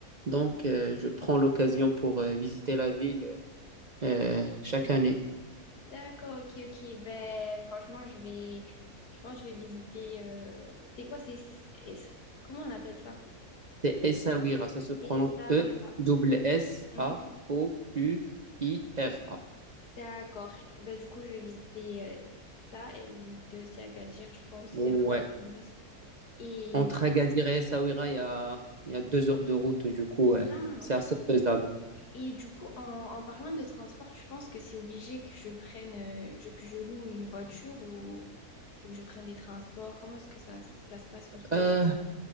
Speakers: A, on the right; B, on the left.
A: Donc, euh, je prends l'occasion pour euh, visiter la ville euh, chaque année.
B: D'accord, ok, ok. Ben, franchement, je vais, je pense, que je vais visiter. euh, C'est quoi, c'est, es- comment on appelle ça?
A: C'est Essaouira. Ça se prononce
B: Et ça,
A: E-S-S-A-O-U-I-R-A.
B: oui, ça. Mhm. D'accord. Ben, du coup, je vais visiter euh, ça et je vais visiter aussi Agadir, je pense. C'est
A: Ouais.
B: vraiment. un must. Et,
A: Entre Agadir et Essaouira, il y a, il y a deux heures de route. Du coup, ouais,
B: ah,
A: c'est
B: ok.
A: assez faisable.
B: Et du coup, en, en parlant de transport, tu penses que c'est obligé que je prenne, euh, je- que je loue une voiture ou faut que je prenne des transports? Comment est-ce que ça, ça se passe aussi?
A: Euh,
B: dans les-